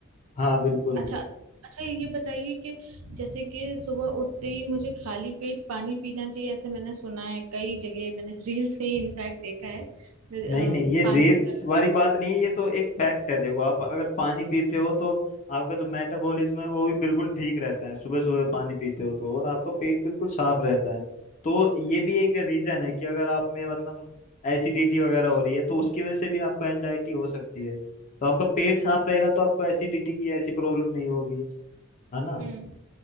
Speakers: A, on the left; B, on the right.
A: हाँ बिल्कुल
B: अच्छा अच्छा ये बताइए कि जैसे कि सुबह उठते ही मुझे खाली पेट पानी पीना चाहिए ऐसे मैंने सुना है कई जगह मैंने <laughs> रील्स में इनफैक्ट देखा है अ, पानी
A: नहीं नहीं ये रील्स
B: पर-
A: वाली बात नहीं है ये तो एक फैक्ट है देखो आप अगर पानी पीते हो तो आपका जो मेटाबॉलिज्म है वो भी बिल्कुल ठीक रहता है सुबह सुबह पानी पीते हो तो और आपका पेट बिल्कुल साफ रहता है तो ये भी एक रीजन है कि अगर आप में मतलब एसिडिटी वगैरह हो रही है तो उसकी वजह से भी आपको एंजाइटी हो सकती है तो आपका पेट साफ रहेगा तो आपको एसिडिटी की ऐसी प्रॉब्लम नहीं होगी है ना
B: हम्म